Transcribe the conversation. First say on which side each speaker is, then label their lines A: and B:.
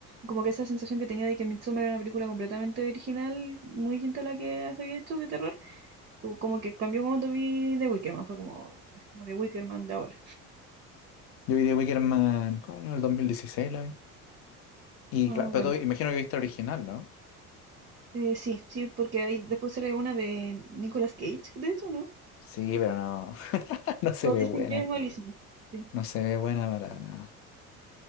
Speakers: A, on the right; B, on the left.
A: como que esa sensación que tenía de que Midsommar era una película completamente original, muy distinta a la que se había hecho de terror, o como que cambió cuando vi The Wicker Man, fue como, es como The Wicker Man de ahora.
B: Yo vi de Wickerman, ¿cuál año? El 2016 lo vi. Y
A: Ah,
B: claro,
A: bueno,
B: pero tú- imagino que viste el original, ¿no?
A: Eh, sí, sí, porque ahí después sale una de Nicolas Cage, de hecho, ¿no?
B: Sí, pero no, <laughs> no se
A: Todos
B: ve
A: dicen
B: buena.
A: que es malísimo, sí.
B: No se ve buena para nada.